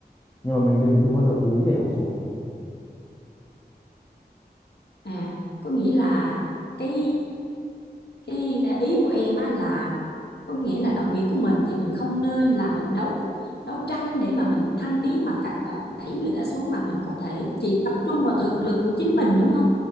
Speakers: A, on the left; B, on the left.
A: nhưng mà mình đừng đừng bao giờ cố ý để họ xuống
B: à có nghĩa là cái cái ý của em á là có nghĩa là đồng nghiệp của mình thì mình không nên là mình đấu đấu tranh để mà mình thăng tiến bằng cách là đẩy người ta xuống mà mình có thể chỉ tập trung vào thực lực của chính mình đúng không